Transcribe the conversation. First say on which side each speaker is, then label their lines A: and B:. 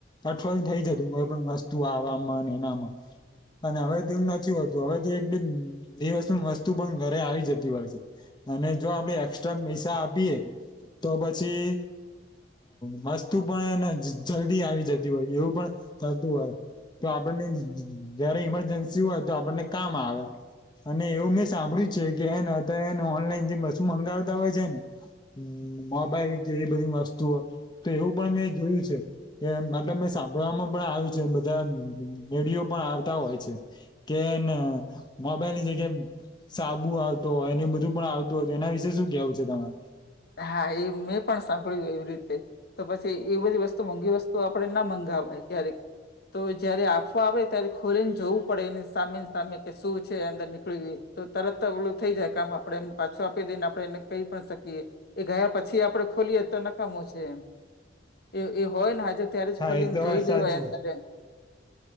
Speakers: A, on the left; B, on the left.
A: અઠવાડિયું થઈ જતું કોઈ પણ વસ્તુ આવામાં એનામાં અને હવે તો એમ નથી હોતું હવે તો એક બેન દિવસ વસ્તુ પણ ઘરે આવી જતી હોય છે. અને જો આપડે એક્સ્ટ્રા પૈસા આપીએ તો પછી વ વસ્તુ હને પણ જલ્દી આવી જતી હોય એવું પણ થતું હોય. તો આપણને જયારે ઈમરજન્સી હોય તો આપણને કામ આવે. અને એવું મેં સાંભળ્યું છે કે એને અત્યારે એને ઓનલાઈન જે વસ્તુ મંગાવતા હોય છે ન હમ મોબાઈલ કે એવી બધી વસ્તુઓ તો એવું પણ મેં જોયું છે કે મતલબ મેં સાંભળવામાં પણ આવ્યું છે બ ધા વીડિયો પણ આવતા હોય છે કે ને મોબાઈલની જગ્યાએ સાબુ આવતો હોય એને બધું પણ આવતું હો હતું એના વિશેે શું કેવું છે તમારે?
B: હા એ મેં પણ સાંભળ્યું એવી રીતે. તો પછી એવી બધી વસ્તુ મોંઘી વસ્તુ આપણે ના મંગાવાય ક્યારેક તો જયારે આપવા આવે ત્યારે ખોલી ને જોવું પડે એને સામે સામે કે શું છે અંદર નીકળ્યું એ. તો તરત ઓલું થઈ જાય કામ આપડે એમ પાછો આપી દઈ ને આપડે એને કહી પણ શકીએ. એ ગયા પછી આપડે ખોલીએ તો નકામું છે એ એ હોય ને જે ત્યારે જ
A: હા
B: ખોલીને
A: એ તો
B: જોઈ
A: વાત સાચી
B: લેવાય અંદર એમ.